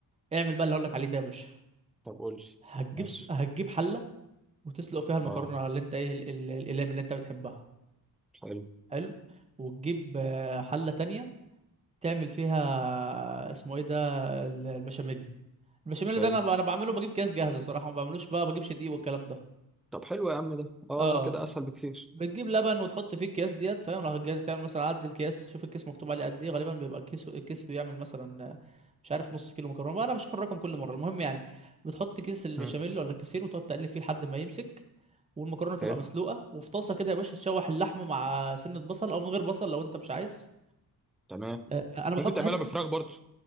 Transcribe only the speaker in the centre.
طب قول لي
ماشي
اه
حلو
حلو
طب حلو يا عم ده اه
كده اسهل بكتير
مم.
حلو
تمام
ممكن تعملها
بفراخ برضو